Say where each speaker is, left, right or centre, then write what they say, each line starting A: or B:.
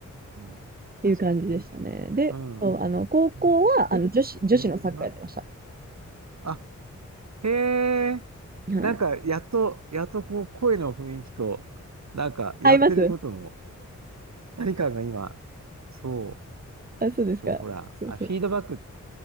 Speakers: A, on the right; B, on the right.
A: うん。
B: っていう感じでしたね。
A: 確かにね。
B: で、
A: うん。
B: そうあの高校はあの女子、
A: で、
B: 女子のサッカーやってました。
A: ここが、あ、へえ。
B: はい。
A: なんか、やっと、やっとこう、声の雰囲気と、なんか、やってることの、
B: 合います
A: 何かが今、そ
B: あ、そうですか。
A: う、そう、ほら、
B: そうそうそ
A: あ、フィードバックっ